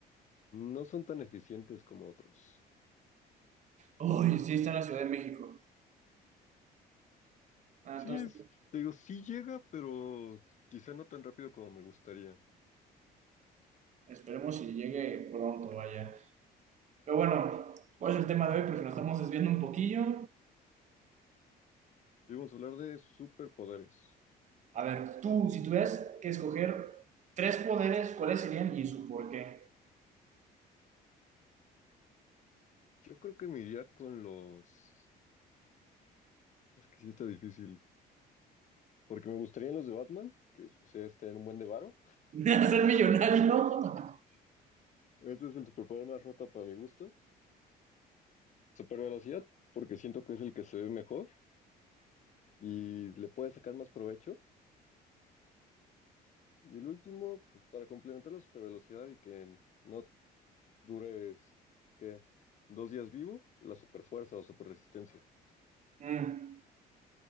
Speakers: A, on the left; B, on the right.
A: No son tan eficientes como otros.
B: Uy sí, está en la Ciudad de México. Ah,
A: Sí,
B: entonces,
A: es- te digo, sí llega, pero quizá no tan rápido como me gustaría.
B: esperemos si llegue pronto, vaya. Pero bueno, ¿cuál es el tema de hoy? Porque nos estamos desviando un poquillo.
A: Y vamos a hablar de superpoderes.
B: A ver, tú, si tuvieras que escoger tres poderes, ¿cuáles serían y su por qué?
A: Yo creo que me iría con los... Es que sí está difícil, porque me gustarían los de Batman, que pues es tener un buen de varo.
B: <laughs> ¿Ser millonario? <laughs>
A: Este es el superpoder más roto para mi gusto. Super velocidad, porque siento que es el que se ve mejor y le puede sacar más provecho. Y el último, pues para complementar la supervelocidad y que no dures, ¿qué? ¿Dos días vivo? La superfuerza o superresistencia.
B: Mm,